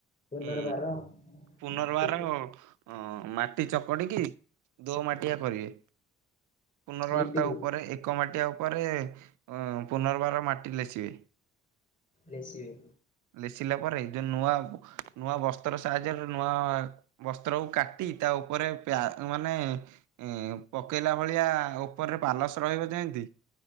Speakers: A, on the left; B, on the right.
A: ପୁନର୍ବାର
B: ହଁ ପୁନର୍ବାର
A: ମାଟିକୁ
B: ହଁ ମାଟି ଚକଟିକି ଦୋ ମାଟିଆ କରିବେ। ପୁନର୍ବାର
A: ଲିପିବେ
B: ତା ଉପରେ ଏକ ମାଟିଆ ଉପରେ ହଁ ପୁନର୍ବାର ମାଟି ଲେସିବେ।
A: ଲେସିବେ।
B: ଲେସିଲା ପରେ ଏ ଯୋଉ ନୂଆ ନୂଆ ବସ୍ତ୍ର ସାହାଯ୍ୟରେ ନୂଆ ବସ୍ତ୍ରକୁ କାଟି ତା ଉପରେ ପ୍ୟା ମାନେ ଏ ପକେଇଲା ଭଳିଆ ଉପରରେ ପାଲସ ରହିବ ଯେମତି।